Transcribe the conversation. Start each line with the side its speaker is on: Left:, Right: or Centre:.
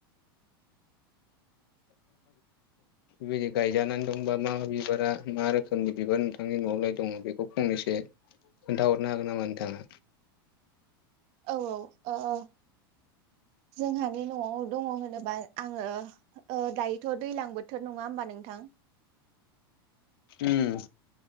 Left: <unintelligible> गायजानानै दंबा मा मा बिबारा मा रोखोमनि बिबार नोंथांनि न'आवलाय दङ बेखौ फंनैसो खोन्थाहरनो हागोन नामा नोंथाङा?
Right: औ औ ओ ओ जोंहानि न'आव दङ होनोबा आङो ओ दायोथ' दैलां बोथोर नङा होमबा नोंथां।
Left: उम